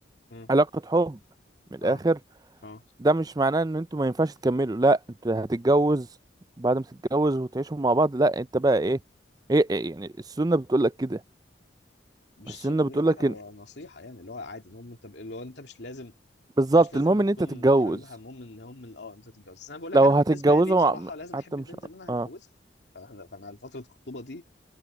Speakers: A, on the left; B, on the right.
A: امم
B: علاقة حب من الاخر
A: اه اه
B: ده مش معناه ان انتوا ما ينفعش تكملوا لا انتوا هتتجوز بعد ما تتجوز وتعيشوا مع بعض لا انت بقى ايه ايه, إيه يعني السنة بتقول لك كده
A: مش
B: السنة
A: السنة
B: بتقول
A: بيقول لك كده
B: لك
A: هو
B: إن...
A: نصيحة يعني اللي هو عادي ان هو انت اللي هو انت مش لازم
B: بالظبط
A: مش لازم
B: المهم ان
A: تكون
B: انت تتجوز
A: بتحببها المهم ان هم ال- اه انت تتجوز بس انا بقول لك
B: لو
A: انا
B: هتتجوزوا
A: بالنسبه لي بصراحه
B: مع-
A: لازم
B: حتى
A: احب
B: مش
A: البنت اللي انا
B: اه
A: هتجوزها فانا فأنا فتره الخطوبه دي